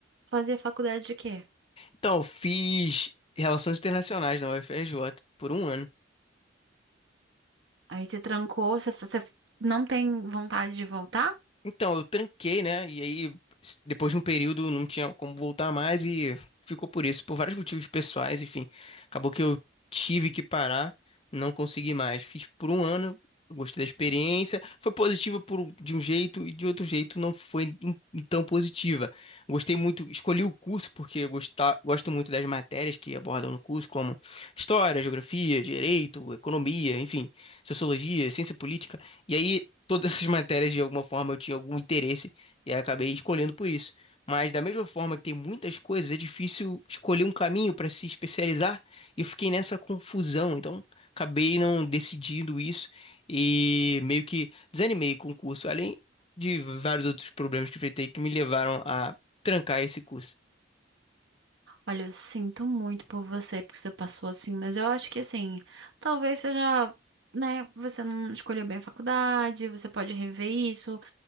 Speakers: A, on the right; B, on the left.
A: fazia faculdade de quê?
B: Então, eu fiz Relações Internacionais na UFRJ por um ano.
A: Aí você trancou, você, você não tem vontade de voltar?
B: Então, eu tranquei, né? E aí, s- depois de um período, não tinha como voltar mais e ficou por isso, por vários motivos pessoais, enfim. Acabou que eu tive que parar, não consegui mais. Fiz por um ano, eu gostei da experiência. Foi positiva por, um- de um jeito e de outro jeito não foi em- tão positiva. Gostei muito, escolhi o curso porque eu gostar, gosto muito das matérias que abordam no curso, como história, geografia, direito, economia, enfim, sociologia, ciência política. E aí todas essas matérias de alguma forma eu tinha algum interesse e aí acabei escolhendo por isso. Mas da mesma forma que tem muitas coisas, é difícil escolher um caminho para se especializar e eu fiquei nessa confusão, então acabei não decidindo isso e meio que desanimei com o curso, além de vários outros problemas que enfrentei que me levaram a trancar esse curso.
A: Olha, eu sinto muito por você, porque você passou assim, mas eu acho que assim, talvez seja, né, você não escolheu bem a faculdade, você pode rever isso,